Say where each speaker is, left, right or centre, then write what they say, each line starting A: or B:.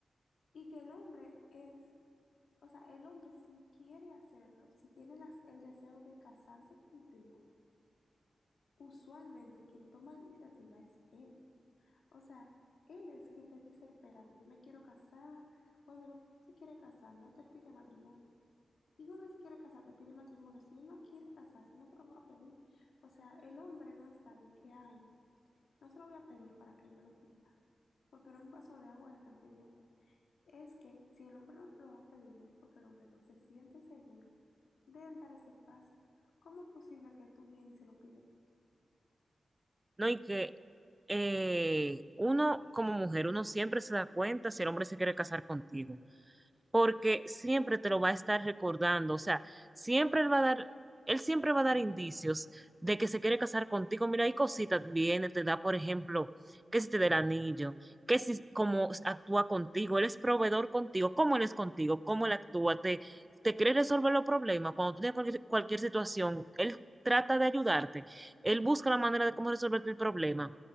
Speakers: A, on the left; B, on the right.
A: y que el hombre es O sea, el hombre si quiere hacerlo, si tiene las- el deseo de casarse contigo, usualmente quien toma la iniciativa es él. O sea, él es quien te dice, espérate, yo me quiero casar. Cuando el hombre se quiere casar, no te pide matrimonio. Y un hombre si quiere casar, te pide matrimonio. Si él no quiere casarse, no te lo va a pedir. O sea, el hombre no está de que hay. No se lo voy a pedir para que él me lo pida. Porque no un vaso de agua le están pidiendo es que si el hombre no te lo ha pedido es porque el hombre no se siente seguro de él dar ese paso. ¿Cómo es posible que tú vienes y se lo pides tú?
B: ¿no? Y que eh, uno como mujer, uno siempre se da cuenta si el hombre se quiere casar contigo. porque siempre te lo va a estar recordando, o sea, siempre él va a dar, él siempre va a dar indicios de que se quiere casar contigo. Mira, hay cositas, viene, te da, por ejemplo, que si te da el anillo, que si cómo actúa contigo, él es proveedor contigo, cómo él es contigo, cómo él actúa, te, te quiere resolver los problemas, cuando tú tienes cualquier, cualquier situación, él trata de ayudarte, él busca la manera de cómo resolverte el problema.